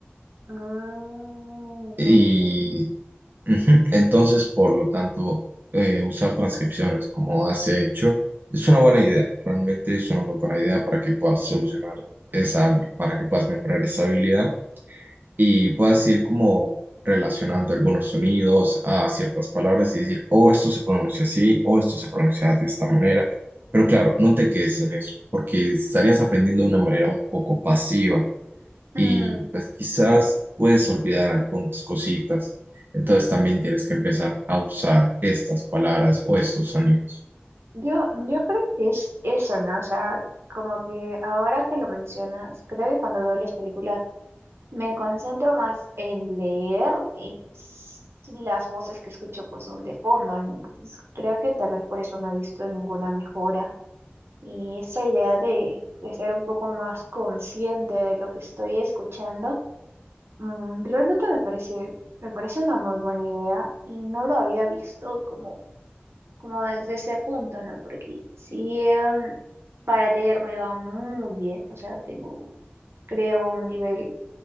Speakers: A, on the right; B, on the right.
A: Mm,
B: Y
A: ok.
B: ujú, entonces, por lo tanto, eh, usar transcripciones como has hecho es una buena idea. Realmente es una muy buena idea para que puedas solucionar esa, para que puedas mejorar esa habilidad y puedas ir como relacionando algunos sonidos a ciertas palabras y decir, oh, esto se pronuncia así, o esto se pronuncia de esta manera. Pero claro, no te quedes en eso, porque estarías aprendiendo de una manera un poco pasiva
A: Mm,
B: y pues quizás puedes olvidar algunas cositas. Entonces también tienes que empezar a usar estas palabras o estos sonidos.
A: yo, yo creo que es eso, ¿no? O sea, como que ahora que lo mencionas, creo que cuando veo las películas me concentro más en leer y s- las voces que escucho pues son de fondo, ¿no? Entonces creo que tal vez por eso no he visto ninguna mejora. Y esa idea de, de ser un poco más consciente de lo que estoy escuchando. Mm, realmente me parece, me parece una muy buena idea y no lo había visto como, como desde ese punto, ¿no? Porque si bien para leer me va muy bien, o sea, tengo, creo, un nivel